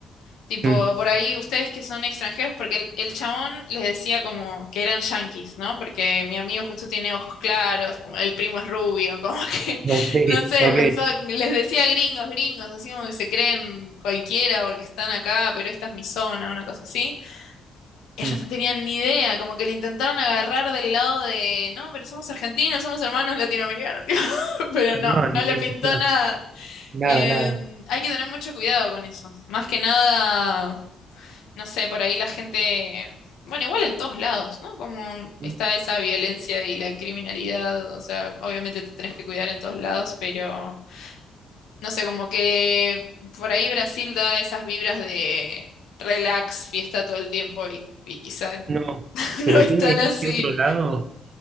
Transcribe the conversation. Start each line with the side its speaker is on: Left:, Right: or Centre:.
Left: Tipo,
Right: mm,
Left: por ahí ustedes que son extranjeros, porque el, el chabón les decía como que eran yanquis, ¿no? Porque mi amigo justo tiene ojos claros, como el primo es rubio, como que,
Right: ok,
Left: <laughs> no sé,
Right: ok.
Left: pensó, les decía gringos, gringos, así como que se creen cualquiera porque están acá, pero esta es mi zona, una cosa así. Ellos
Right: mm,
Left: no tenían ni idea, como que le intentaron agarrar del lado de, no, pero somos argentinos, somos hermanos latinoamericanos, <laughs> tipo, pero
Right: no,
Left: no, no
Right: ni-
Left: le pintó
Right: ni- no,
Left: nada.
Right: nada,
Left: Em,
Right: nada.
Left: hay que tener mucho cuidado con eso. Más que nada no sé, por ahí la gente, bueno, igual en todos lados, ¿no? Como
Right: mm.
Left: está esa violencia y la criminalidad, o sea, obviamente te tenés que cuidar en todos lados, pero no sé, como que por ahí Brasil da esas vibras de relax, fiesta todo el tiempo y, y quizá
Right: No,
Left: <laughs>
Right: pero
Left: no es
Right: tiene
Left: tan así.
Right: ese otro lado